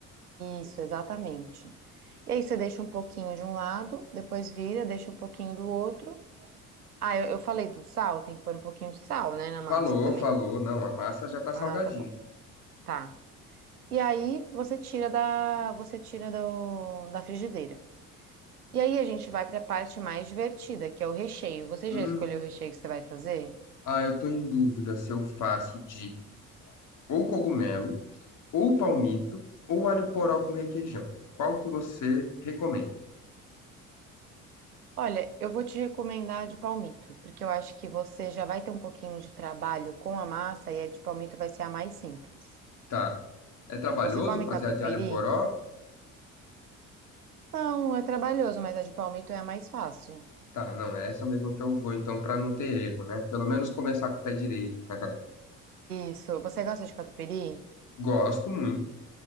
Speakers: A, on the right; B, on the left.
A: Isso, exatamente. E aí você deixa um pouquinho de um lado, depois vira, deixa um pouquinho do outro. Ah, eu, eu falei do sal, tem que pôr um pouquinho de sal, né, na massa
B: Falou,
A: também.
B: falou. Não, a massa já tá salgadinha.
A: Ah, tá bom. Tá. E aí você tira da, você tira do, da frigideira. E aí a gente vai para a parte mais divertida, que é o recheio. Você
B: Hum.
A: já escolheu o recheio que você vai fazer?
B: Ah, eu tô em dúvida se eu faço de ou cogumelo, ou palmito, ou alho poró com requeijão. Qual que você recomenda?
A: Olha, eu vou te recomendar a de palmito, porque eu acho que você já vai ter um pouquinho de trabalho com a massa e a de palmito vai ser a mais simples.
B: Tá. É trabalhoso
A: Você come
B: fazer
A: catupiry?
B: a de alho poró?
A: Não, é trabalhoso, mas a de palmito é a mais fácil.
B: Tá, não, é essa mesmo que eu vou, então, pra não ter erro, né? Pelo menos começar com o pé direito. <laughs>
A: Isso. Você gosta de catupiry?
B: Gosto muito.